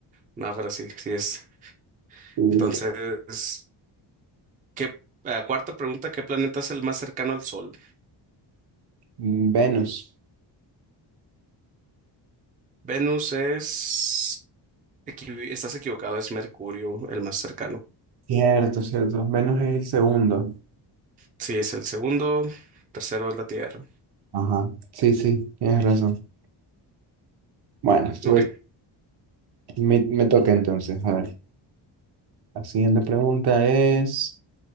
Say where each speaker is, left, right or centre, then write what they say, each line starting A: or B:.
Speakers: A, on the right (about 20°); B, on the right (about 60°).
A: No, pero sí, sí es.
B: Sí,
A: Entonces,
B: sí.
A: ¿qué, eh, cuarta pregunta, ¿qué planeta es el más cercano al Sol?
B: Venus.
A: Venus es... equi- estás equivocado, es Mercurio el más cercano.
B: Cierto, cierto. Venus es el segundo.
A: Sí, es el segundo, tercero es la Tierra.
B: Ajá. Sí, sí, tienes razón. Bueno, estuve,
A: Ok,
B: me, me toca entonces. A ver, la siguiente pregunta es,